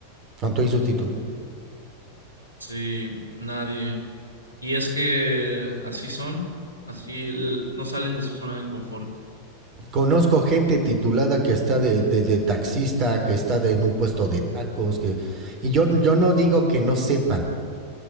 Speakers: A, on the right; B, on the left.
A: ¿Cuánto hizo su título?
B: Sí, nadie. Y es que así son, así l- no salen de su zona de confort.
A: Conozco gente titulada que está de, de- de taxista, que está de- en un puesto de tacos, que... Y yo, yo no digo que no sepan,